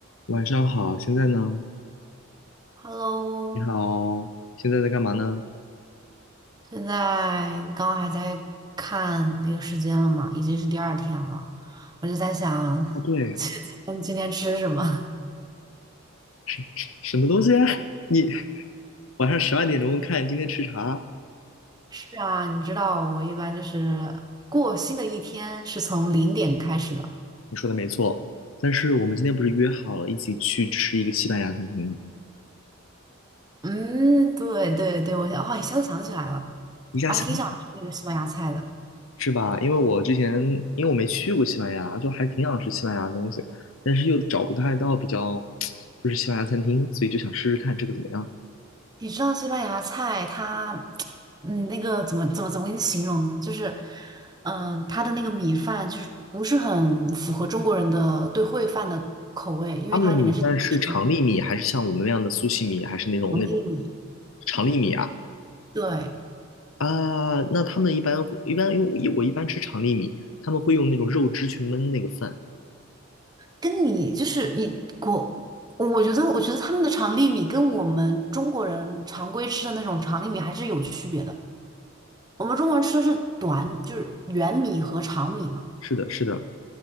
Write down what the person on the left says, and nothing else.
晚上好，现在呢？
你好，现在在干嘛呢？
哦，对，
什什什么东西啊？<laughs> 你晚上十二点钟看今天吃啥？
你说的没错，但是我们今天不是约好了一起去吃一个西班牙餐厅吗？
下下想
是吧？因为我之前因为我没去过西班牙，就还挺想吃西班牙的东西，但是又找不太到比较就是西班牙餐厅，所以就想试试看这个怎么样。
他们的米饭是长粒米，还是像我们那样的苏西米，还是那种那种
长粒米啊？
啊，那他们一般会一般因为我我一般吃长粒米，他们会用那种肉汁去焖那个饭。
是的，是的，